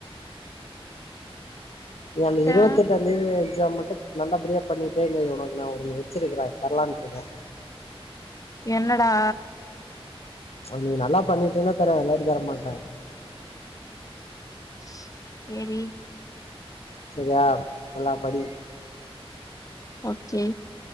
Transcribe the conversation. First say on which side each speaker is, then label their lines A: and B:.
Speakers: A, on the left (about 85°); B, on the left (about 35°).
A: ஏ அந்த இருவத்தெட்டாந்
B: ஆ
A: தேதி எக்ஸாம் மட்டு நல்லபடியா பண்ணிட்டேன்னுயோ உனக்கு நா ஒன்னு வெச்சிருக்குறே அத தரலான்ட்ருக்கே
B: என்னடா
A: நீ நல்லா பண்ணிட்டீன்னா தரே இல்லாட்டி தர மாட்டே
B: சேரி
A: செரியா நல்லா படி
B: ஓகே